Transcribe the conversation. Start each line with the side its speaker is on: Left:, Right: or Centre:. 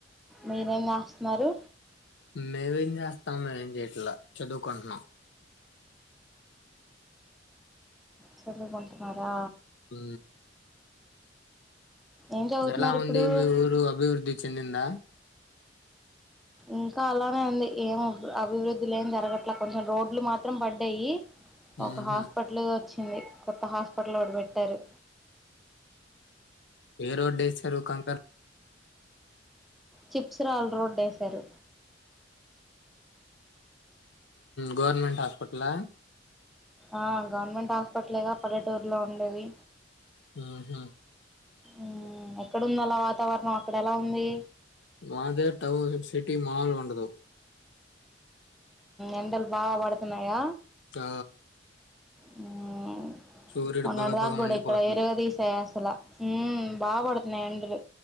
Centre: మీరేం రాస్తున్నారు
Left: మేవేం జేస్తాము మేమేం జెయట్లా చదువుకుంటున్నాం
Centre: చదుకొంటన్నారా
Left: ఉ
Centre: ఏం చదువుతున్నారు
Left: ఎలా ఉంది
Centre: ఇప్పుడు
Left: మీ ఊరు అభివృద్ధి చెందింద
Centre: ఇంకా అలానే అంది ఏం అభివృద్ధి లేమ్ జరగట్లే కొంచెం రోడ్లు మాత్రం పడ్డాయి
Left: మ్మ్
Centre: ఒక హాస్పిట్ల వచ్చి కొత్త హాస్పిటల్ ఒగటి పెట్టారు
Left: ఏ రోడ్డేసారూ కంకర్
Centre: చిప్స్ రాాల రోడ్ వసారు
Left: గవర్నమెంట్ హాస్పిటల్
Centre: ఆ గవర్నమెంట్ హాస్పిటల్గా పల్లెటూరులో ఉండేవి
Left: ఆహా
Centre: ఉ ఎక్కడంద అలా వాతావరణం అక్కడ ఎలా ఉంది
Left: మాదే డౌన్ సిటీ మముల్ వండదు
Centre: ఎండలు బాగా పడుతున్నాయా
Left: ఆ
Centre: హ్మ్
Left: సూర్యుడు
Centre: మొన్నటి
Left: బగబగ
Centre: దాక కూడా
Left: మండిపోతుంది
Centre: ఇక్కడ ఇరగదీసాయసలా హ్మ్ బా పడుతున్నాయి ఎండలు